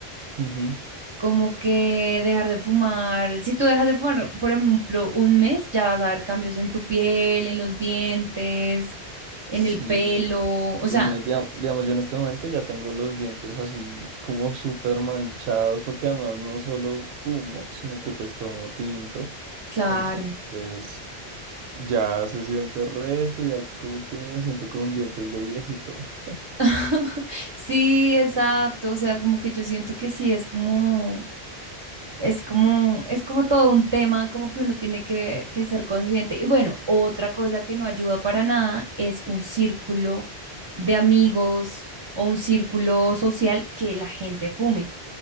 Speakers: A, on the right; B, on the right.
A: ujú.
B: como que dejar de fumar. Si tú dejas de fumar, por ejemplo, un mes, ya vas a ver cambios en tu piel, en los dientes, en
A: Sí,
B: el pelo, o
A: uy,
B: sea,
A: no, diga- digamos, yo en este momento ya tengo los dientes así como súper manchados, porque además no solo fumo, sino que pues tomo tinto.
B: claro.
A: Entonces ya se siente resto, ya como que me siento con dientes de viejito. <laughs>
B: <laughs> Sí, exacto, o sea, como que yo siento que sí, es como, es como, es como todo un tema, como que uno tiene que, que ser consciente. Y bueno, otra cosa que no ayuda para nada es un círculo de amigos o un círculo social que la gente fume.